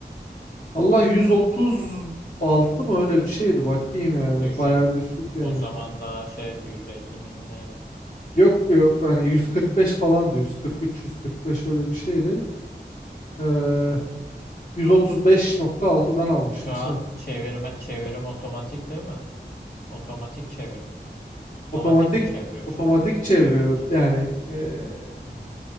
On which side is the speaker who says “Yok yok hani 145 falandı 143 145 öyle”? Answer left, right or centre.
Left